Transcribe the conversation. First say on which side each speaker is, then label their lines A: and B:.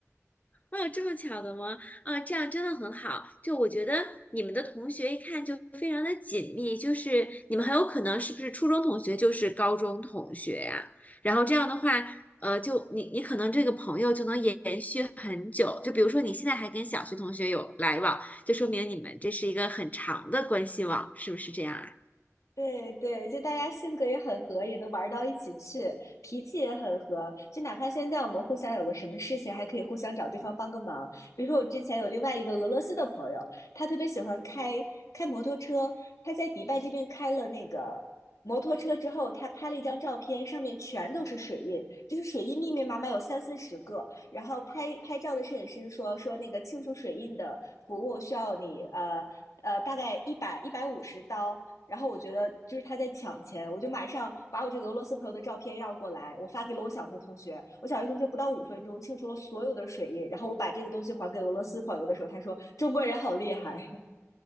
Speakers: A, on the left; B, on the left.
A: 哦，这么巧的吗？啊，这样真的很好。就我觉得你们的同学一看就非常的紧密，就是你们很有可能是不是初中同学就是高中同学呀、然后这样的话，呃，就你你可能这个朋友就能延延续很久。就比如说你现在还跟小学同学有来往，就说明你们这是一个很长的关系网，是不是这样啊？
B: 对对，就大家性格也很合，也能玩到一起去，脾气也很合。就哪怕现在我们互相有个什么事情，还可以互相找对方帮个忙。比如说，我之前有另外一个俄罗斯的朋友，他特别喜欢开开摩托车，他在迪拜这边开了那个摩托车之后，他拍了一张照片，上面全都是水印，就是水印密密麻麻有三四十个。然后拍拍照的摄影师说说那个清除水印的服务需要你呃呃大概一百一百五十刀。然后我觉得就是他在抢钱，我就马上把我这个俄罗斯朋友的照片要过来，我发给了我小学同学。我小学同学不到五分钟清除了所有的水印，然后我把这个东西还给俄罗斯朋友的时候，他说中国人好厉害，